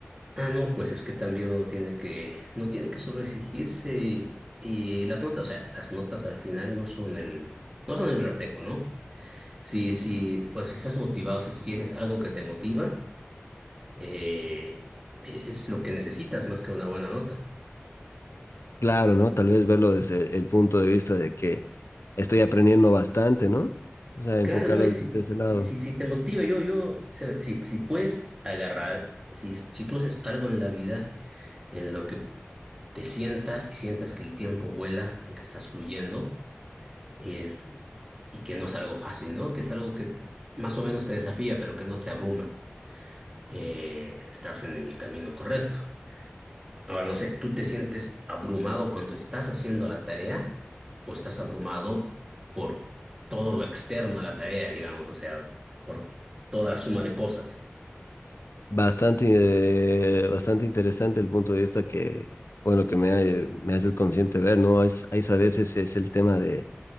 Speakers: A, on the right; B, on the left.
A: ah, no, pues es que también uno tiene que, no tiene que sobreexigirse y, y las notas, o sea, las notas al final no son el, no son el reflejo, ¿no? Si, si, pues si estás motivado, si, si es algo que te motiva, eh, es lo que necesitas más que una buena nota.
B: Claro, ¿no? Tal vez verlo desde el punto de vista de que estoy aprendiendo bastante, ¿no? O sea, enfocarlo
A: Claro, no, y si,
B: desde ese lado.
A: si, si, si te motiva, yo, yo, sabe, si, si puedes agarrar, si, si tú haces algo en la vida en lo que te sientas y sientas que el tiempo vuela, en que estás fluyendo, eh, y que no es algo fácil, ¿no? Que es algo que más o menos te desafía, pero que no te abruma, eh, estás en el camino correcto. Ahora, no sé, ¿tú te sientes abrumado cuando estás haciendo la tarea o estás abrumado por todo lo externo a la tarea, digamos, o sea, por toda la suma de cosas?
B: Bastante, eh, bastante interesante el punto de vista que, bueno, que me, ha- me haces consciente ver, ¿no? Es, hay a veces es el tema de